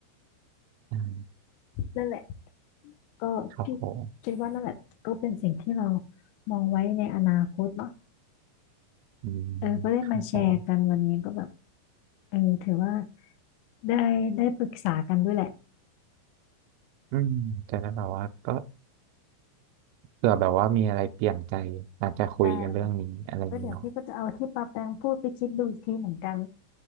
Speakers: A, on the right; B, on the left.
A: อืม
B: นั่นแหละก็คิดคิดว่านั่นแหละก็เป็นสิ่งที่เรา
A: ครับผม
B: มองไว้ในอนาคตเนาะ
A: อืม
B: เออก็ได้มาแชร์กันวันนี้ก็แบบ
A: ครับผม
B: เออถือว่าได้ได้ปรึกษากันด้วยแหละ
A: อืมจะได้แบบว่าก็เผื่อแบบว่ามีอะไรเปลี่ยนใจอาจจะคุยกันเรื่องนี้อะไรอย่างนี้เนาะ
B: ได้ก็เดี๋ยวพี่ก็จะเอาที่ปาแปงพูดไปคิดดูอีกทีเหมือนกัน